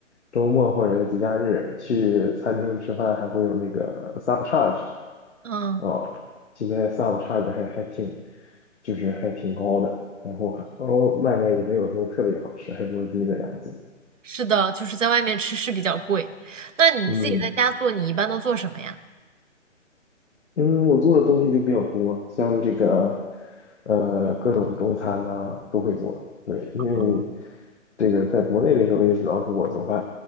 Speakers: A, on the left; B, on the right.
A: 周末或者是节假日去餐厅吃饭，还会有那个 sub charge。
B: 嗯。
A: 哦，现在 sub 差的还还挺，就是还挺高的，然后哦外卖也没有什么特别好吃，还不如自己在家做。
B: 是的，就是在外面吃是比较贵。那你自己在家做，
A: 嗯
B: 你一般都做什么呀？
A: 嗯，我做的东西就比较多，像这个呃各种中餐呐、都会做。对，因为你
B: <laughs> 哦，
A: 这个在国内的时候也主要是我做饭，